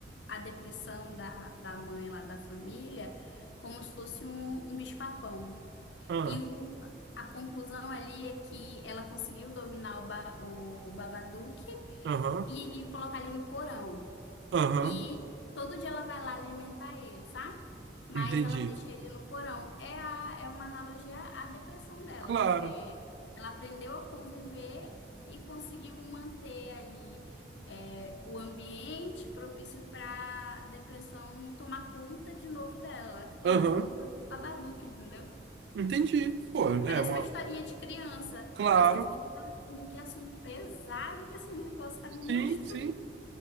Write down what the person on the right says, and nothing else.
Ah,
aham,
aham.
Entendi.
Claro.
Aham.
Entendi. Pô, é
uma.
Claro.
Sim, sim.